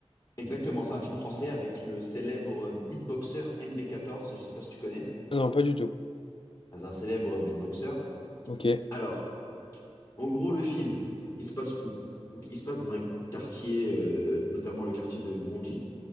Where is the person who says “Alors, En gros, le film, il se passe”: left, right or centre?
Left